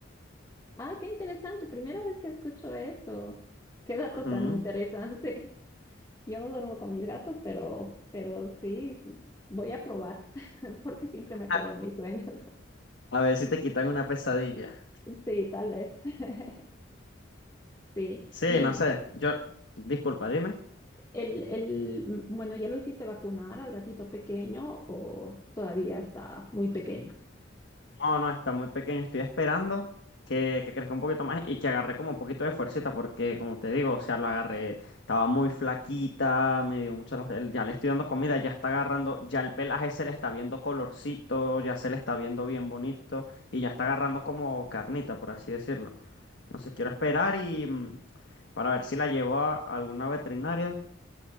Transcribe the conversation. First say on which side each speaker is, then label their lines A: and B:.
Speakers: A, on the left; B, on the left.
A: ah, qué interesante, primera vez que escucho eso. Qué dato
B: Ujú.
A: tan interesante. <laughs> Yo no duermo con mis gatos, pero, pero sí, voy a probar <laughs> porque siempre me acuerdo
B: <laughs>
A: de mis sueños. <laughs>
B: A ver si te quitan una pesadilla.
A: Sí, tal vez. <laughs> Sí.
B: Sí,
A: Y el
B: no sé. Yo, disculpa, dime.
A: El, el, mm, bueno, ¿ya lo hiciste vacunar al gatito pequeño o todavía está muy pequeño?
B: No, no, está muy pequeño. Estoy esperando que, que crezca un poquito más y que agarre como un poquito de fuercita, porque como te digo, o sea, lo agarré, estaba muy flaquita, me dio mucho las... Ya le estoy dando comida, ya está agarrando, ya el pelaje se le está viendo colorcito, ya se le está viendo bien bonito y ya está agarrando como carnita, por así decirlo. Entonces quiero esperar y mm, para ver si la llevo a alguna veterinaria